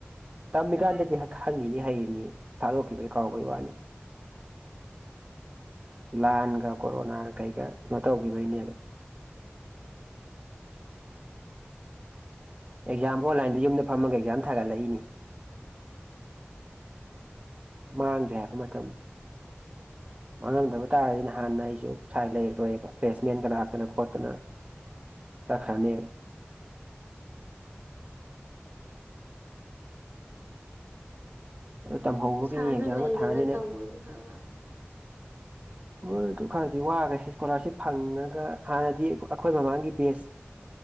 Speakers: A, on the right; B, on the right.
A: ꯇꯝꯃꯤꯀꯥꯟꯗꯗꯤ ꯍꯪꯉꯤꯅꯤ ꯍꯩꯔꯤꯅꯤ ꯊꯥꯗꯣꯛꯈꯤꯕꯒꯤ ꯀꯥꯎꯕꯩ ꯋꯥꯅꯤ ꯂꯥꯟꯒ ꯀꯣꯔꯣꯅꯥꯒ ꯀꯩꯒ ꯀꯩꯅꯣ ꯇꯧꯈꯤꯕꯒꯤꯅꯦꯕ ꯑꯦꯛꯖꯥꯝ ꯑꯣꯟꯂꯥꯏꯗ ꯌꯨꯝꯗ ꯐꯝꯃꯒ ꯑꯦꯛꯖꯥꯝ ꯊꯥꯒꯠꯂꯛꯏꯅꯤ ꯃꯥꯡꯒ꯭ꯔꯦ ꯍꯥꯏꯕ ꯃꯇꯝ
B: <unintelligible>
A: ꯃꯥꯡꯉꯝꯗꯕ ꯇꯥꯔꯗꯤ ꯅꯍꯥꯟꯅ ꯑꯩꯁꯨ ꯁꯥꯏ ꯂꯩꯔꯔꯣꯏꯕ ꯄ꯭ꯂꯦꯁꯃꯦꯟꯒ ꯂꯥꯛꯇꯅ ꯈꯣꯠꯇꯅ ꯇꯠꯈꯅꯦꯕ ꯑꯗꯨ ꯇꯝꯍꯧꯕꯒꯤꯅꯤ
B: ꯄꯩꯁꯥꯅ
A: ꯑꯦꯛꯖꯥꯝꯒ
B: ꯂꯩꯗꯅ
A: ꯊꯥꯅꯤꯅ
B: ꯇꯧꯕ ꯑꯣꯏꯗꯤ ꯐꯕ
A: ꯃꯣꯏ ꯑꯗꯨ ꯈꯔꯗꯤ ꯋꯥꯈ꯭ꯔꯦ ꯏꯁꯀꯣꯂꯥꯔꯁꯤꯞ ꯐꯪꯉꯒ ꯍꯥꯟꯅꯗꯤ ꯑꯈꯣꯏ ꯃꯃꯥꯡꯒꯤ ꯕꯦꯁ